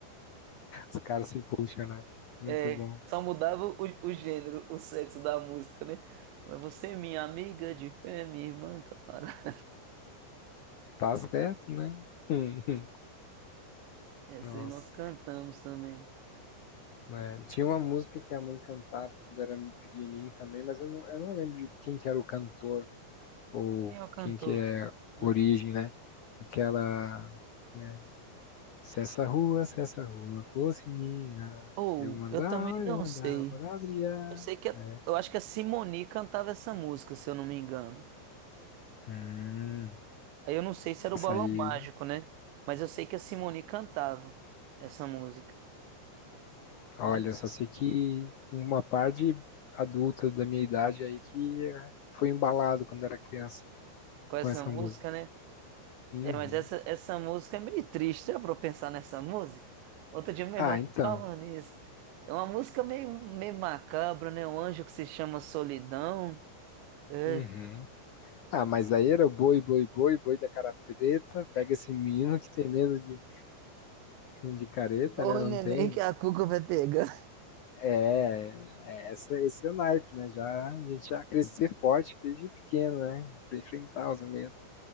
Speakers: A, on the left; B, on the right.
A: Os caras se puxam, né? Muito
B: É,
A: bom.
B: só mudava o, o gênero, o sexo da música, né? Mas Você, minha amiga de fé, minha irmã, camarada. <laughs>
A: Tá certo, né? <laughs>
B: Essa
A: Nossa.
B: aí nós cantamos também.
A: né? Tinha uma música que a mãe cantava quando eu era pequenininho também, mas eu não, eu não lembro de quem que era o cantor ou
B: Quem é o cantor?
A: quem que é a origem,
B: Ah,
A: né? Aquela, né? Se essa rua, se essa rua fosse minha,
B: Ou,
A: eu mandava,
B: eu também não
A: eu mandava
B: sei.
A: ladrilhar,
B: Eu sei que, a-
A: né?
B: eu acho que a Simone cantava essa música, se eu não me engano.
A: Hum,
B: Aí eu não sei se era
A: essa
B: o Balão
A: aí,
B: Mágico, né? Mas eu sei que a Simone cantava essa música.
A: olha,
B: Mas não sei.
A: só sei que uma parte adulta da minha idade aí que eh, foi embalado quando era criança
B: Com
A: com
B: essa
A: essa
B: música,
A: música.
B: né?
A: Uhum.
B: É, mas essa, essa música é meio triste, é pra eu pensar nessa música. Outro dia meu
A: Ah,
B: irmão tá
A: então.
B: falando isso. É uma música meio, meio macabra, né? O anjo que se chama Solidão. É.
A: Uhum. Ah, mas aí era o boi, boi, boi, boi da cara preta. Pega esse menino que tem medo de, de careta,
B: Dor
A: né? Não
B: neném
A: tem.
B: que a cuca vai pegar.
A: É, é essa, esse é o naipe, né? Já, a gente já crescer forte desde pequeno, né? Pra enfrentar os medos.